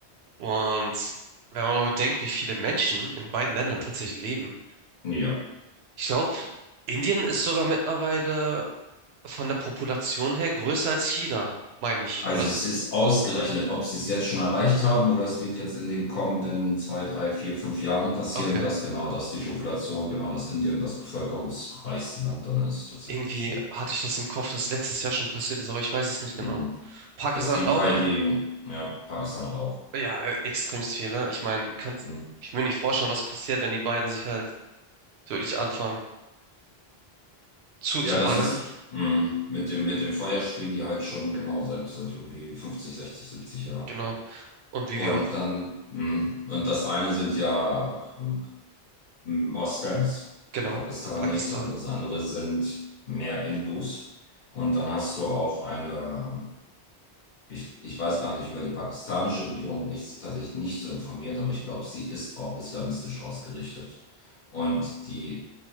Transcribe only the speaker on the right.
Und wenn man mal bedenkt, wie viele Menschen in beiden Ländern tatsächlich leben,
ich glaube, Indien ist sogar mittlerweile von der Population her größer als China, meine ich,
oder?
Okay.
Irgendwie
hatte ich das im Kopf, dass letztes Jahr schon passiert ist, aber ich weiß es nicht genau.
Pakistan
hat auch,
ja, äh, extremst viele. Ich meine, du kannst,
ich will nicht vorstellen, was passiert, wenn die beiden sich halt wirklich anfangen zuzuballern.
Genau. Und wie
wir auch,
genau,
Pakistan.